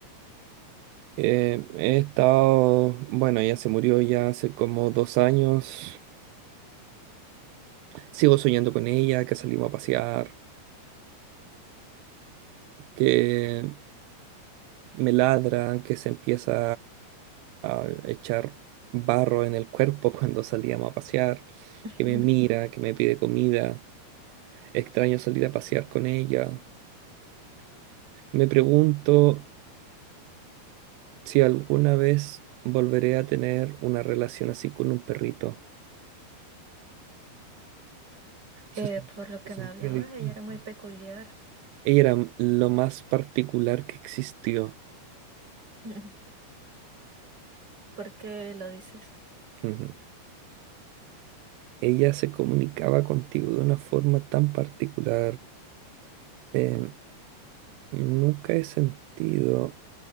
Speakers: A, on the right; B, on the right.
A: Eh, he estado, bueno, ella se murió ya hace como dos años. Sigo soñando con ella, que salimos a pasear, que me ladra, que se empieza a, a echar barro en el cuerpo <laughs> cuando salíamos a pasear,
B: <laughs>
A: que me mira, que me pide comida. Extraño salir a pasear con ella. Me pregunto si alguna vez volveré a tener una relación así con un perrito. Se,
B: Eh,
A: sen-
B: por lo
A: se
B: que
A: sentía
B: me hablabas,
A: distinto.
B: ella era muy peculiar.
A: Ella era m- lo más particular que existió.
B: <laughs> ¿Por qué lo dices?
A: Ujú. Ella se comunicaba contigo de una forma tan particular. Em, nunca he sentido